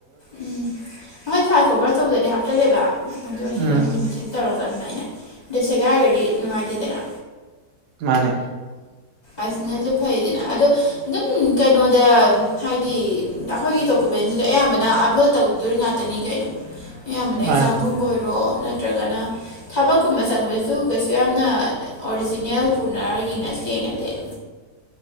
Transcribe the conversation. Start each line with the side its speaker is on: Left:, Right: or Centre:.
Left: ꯎꯝ ꯑꯩꯣꯏꯗꯤ ꯐꯥꯏ ꯀꯣꯚꯔ ꯇꯧꯕꯗꯗꯤ ꯍꯥꯞꯆꯤꯜꯂꯦꯕ ꯑꯗꯨꯁꯤꯗ
Right: ꯎꯝ
Left: ꯑꯃꯨꯛ ꯅꯨꯃꯤꯠꯁꯤꯤꯟꯅ ꯇꯧꯔꯒ ꯑꯗꯨꯃꯥꯏꯅ ꯑꯗꯣ ꯁꯦꯒꯥꯏꯔꯒꯗꯤ ꯅꯨꯡꯉꯥꯏꯇꯦꯗꯅ
Right: ꯃꯥꯅꯦ
Left: ꯑꯁꯤ ꯅꯁꯨ ꯐꯩꯗꯅ ꯑꯗꯣ ꯑꯗꯨꯝ ꯀꯩꯅꯣꯗ ꯍꯥꯏꯗꯤ ꯑꯩꯈꯣꯏꯒꯤ ꯁꯕꯦꯟꯁꯤꯗ ꯑꯌꯥꯝꯕꯅ ꯑꯞꯂꯣꯗ ꯇꯧꯗꯣꯏ ꯉꯥꯛꯇꯅꯤ ꯀꯩꯅꯣ ꯑꯌꯥꯝꯕꯅ
Right: ꯃꯥꯅꯦ
Left: ꯑꯦꯛꯖꯥꯝꯒꯨꯝꯕ ꯑꯣꯏꯔꯣ ꯅꯠꯇ꯭ꯔꯒꯅ ꯊꯕꯛꯀꯨꯝꯕ ꯆꯪꯕꯗꯁꯨ ꯀꯩꯁꯨ ꯌꯥꯝꯅ ꯑꯣꯔꯤꯖꯤꯅꯦꯜ ꯄꯨꯅꯔ ꯌꯦꯡꯅꯁꯤ ꯌꯦꯡꯅꯕꯤ <unintelligible>